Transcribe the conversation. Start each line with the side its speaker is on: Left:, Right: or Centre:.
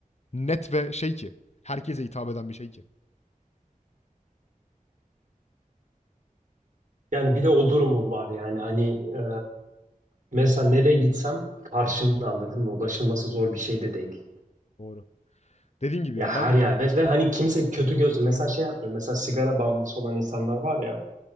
Left: net ve şey ki, herkese hitap eden bir şey ki.
Right: Yani bir de o durumum var yani hani e, mesela nereye gitsem karşımda anladın mı? Ulaşılması zor bir şey de değil.
Left: Doğru. Dediğim gibi
Right: Ya
Left: ya
Right: her
Left: ben,
Right: yer ve, ve hani kimse kötü gözlü mesela şey yapmıyor. Mesela sigara bağımlısı olan insanlar var ya